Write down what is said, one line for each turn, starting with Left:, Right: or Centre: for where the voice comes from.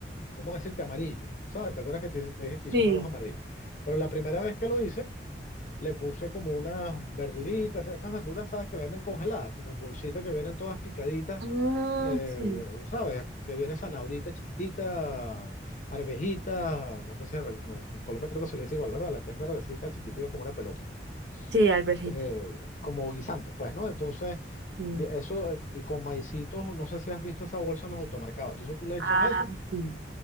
Left: ¿cómo decirte? Amarillo, ¿sabes? ¿Te acuerdas que te, te dije que hice
Right: sí.
Left: un arroz amarillo? Pero la primera vez que lo hice, le puse como unas verduritas, estas verduras, ¿sabes? Que venden congeladas, como en bolsitas que vienen todas picaditas,
Right: Mm,
Left: eh,
Right: sí.
Left: ¿sabes? Que viene zanahorita chiquitita, arvejita, no sé si en, no, en Colombia creo que se le dice igual, ¿verdad? La que es verdecita, chiquitita, como una pelotita
Right: Sí, alberjita.
Left: eh, como guisantes, pues, ¿no? Entonces,
Right: Sí.
Left: vi- eso eh, y con maicitos, no sé si has visto esa bolsa en los automercados. Entonces tú le
Right: Ah,
Left: echas eso.
Right: sí.